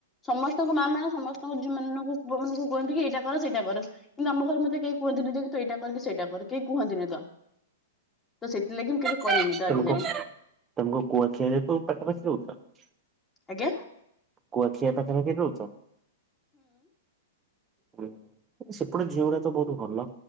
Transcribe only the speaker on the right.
<unintelligible>
ତୁ ପଟାପଶି ରହୁଛ।
କୁଆଖିଆ ପାଖାପାଖି ରହୁଛ। ହୁଁ ସେପଟେ ଝିଅ ଗୁଡା ତ ବହୁତ ଭଲ